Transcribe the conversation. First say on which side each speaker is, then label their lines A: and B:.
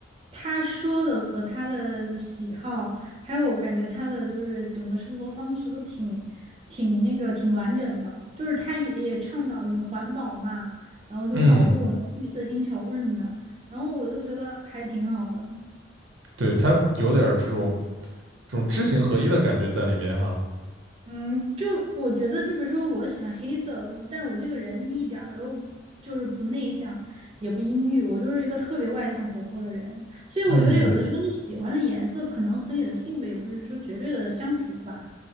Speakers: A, on the right (about 30°); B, on the right (about 80°).
A: 她说的和她的喜好，还有我感觉她的就是整个生活方式都挺挺那个挺完整的，就是她也也倡导什么环保嘛，然后就保护我们的绿色星球什么的，
B: 嗯，
A: 然后我就觉得还挺好的。
B: 对，它有点这种这种知行合一的感觉在里面哈。
A: 嗯，就我觉得，就比如说，我喜欢黑色，但是我这个人一点儿都就是不内向，也不阴郁，我就是一个特别外向活泼的人，所以我觉得有的时候你喜欢的颜色可能和你的性格也不是说绝对的相符吧，
B: 嗯，